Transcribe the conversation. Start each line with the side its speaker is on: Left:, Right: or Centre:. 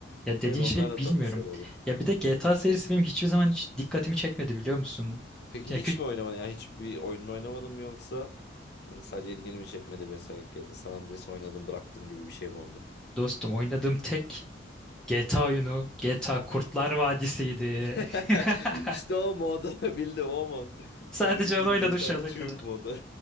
Centre: Ya dediğin
Left: evet onlar
Centre: şey
Left: da
Centre: bilmiyorum.
Left: tatlı seri oluyor.
Centre: Ya bir de GTA serisi benim hiçbir zaman hiç dikkatimi çekmedi biliyor musun?
Left: Peki
Centre: Ya
Left: hiç
Centre: küçük
Left: mi oynamadın? ya hiçbir oyununu oynamadın mı yoksa? Yani sadece ilgini mi çekmedi mesela GTA San Andreas oynadın bıraktın gibi bir şey mi oldu?
Centre: dostum oynadığım tek GTA oyunu GTA Kurtlar Vadisi'ydi.
Left: <laughs>
Centre: <laughs>
Left: İşte o modu <laughs> bildim o mod.
Centre: Sadece
Left: Benimki
Centre: onu
Left: de
Centre: oynadım
Left: GTA
Centre: şu ana
Left: Türk
Centre: kadar.
Left: modu.